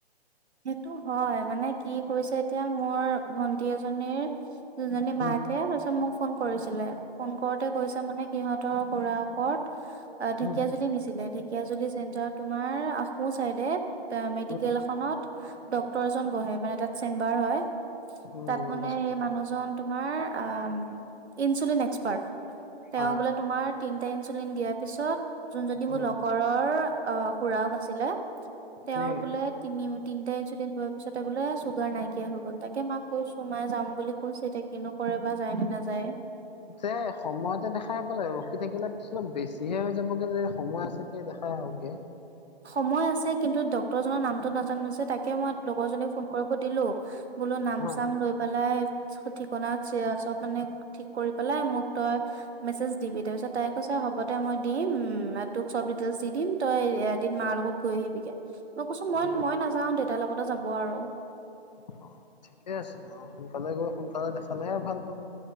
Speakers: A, on the right (about 80°); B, on the left (about 40°).
A: সেইটো হয় মানে কি কৰিছে এতিয়া মোৰ ভন্টি এজনীৰ দুজনী
B: উম,
A: মাকে তাৰপিছত মোক ফোন কৰিছিলে ফোন কৰোতে কৈছে মানে সিহঁতৰ ফুৰা কত ঢেকীয়া
B: উম,
A: জুলি নিছিলে ধেকীয়াজুলি চেণ্টাৰত তোমাৰ আ সোঁ চাইডে তে মেডিকেল
B: উম।
A: এখনত ডক্তৰ এজন বহে মানে তাত চেম্বাৰ হয়।
B: উম,
A: তাত
B: গম
A: মানে
B: পাইছো
A: সেই
B: কোৱা
A: মানুহজন তোমাৰ আ ইনচুলিন এক্সপাৰ্ট। তেওঁ
B: আহ
A: বোলে তোমাৰ তিনটা ইনচুলিন দিয়াৰ পিছত যোনজনী মোৰ
B: উম,
A: লগৰৰ আহ খুৰাক আছিলে। তেওঁৰ
B: উম।
A: বোলে তিনি তিনিটা ইনচুলিন লোৱাৰ পিছতে বোলে চুগাৰ নাইকিয়া হৈ গ'ল। তাকে মাক কৈছো মায়ে যাম বুলি কৈছো এতিয়া কিনো কৰে বা যায়নে নাযায়।
B: যে সময়তে দেখাই পালে ৰখি থাকিলে বেছিহে হৈ যাবগে যে সময় আছে। এই দেখাই আহক গে।
A: সময় আছে কিন্তু ডক্তৰজনৰ নামতো নাজানো যে তা তাকে মই লগৰজনীক ফোন কৰিব দিলো বোলো নাম
B: ন
A: চাম লৈ পেলাই ঠিকনা আছে চব মানে ঠিক কৰি পেলাই মোক তই মেজ দিবি তাৰপিছত তাই কৈছে হ'ব দে মই দিম তোক চব ডিটেইলছ দি দিম তই এদিন মা লগত গৈ আহিবিগে মই কৈছো মই
B: অ'।
A: মই নাযাওঁ দেউতাৰ লগতে যাব আৰু।
B: অ ঠিকে আছে অ সোনকালে গৈ সোনকালে দেখালেহে ভাল পাব।